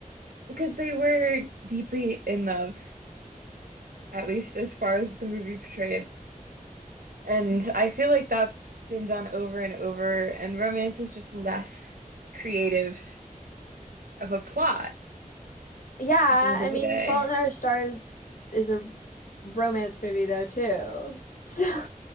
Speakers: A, on the right; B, on the left.
A: because they were deeply in love, at least as far as the movie portrayed. And I feel like that's been done over and over, and romance is just less creative of a plot
B: Yeah,
A: at the end
B: I
A: of the
B: mean,
A: day.
B: Fault in Our Stars is a romance movie though too. So